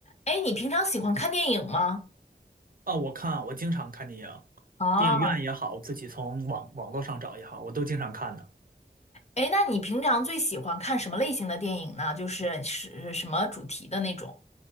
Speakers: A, on the left; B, on the right.
A: 哎，你平常喜欢看电影吗？
B: 哦，我看，我经常看电影，
A: 啊，
B: 电影院也好，自己从网网络上找也好，我都经常看的。
A: 哎，那你平常最喜欢看什么类型的电影呢？就是是什么主题的那种？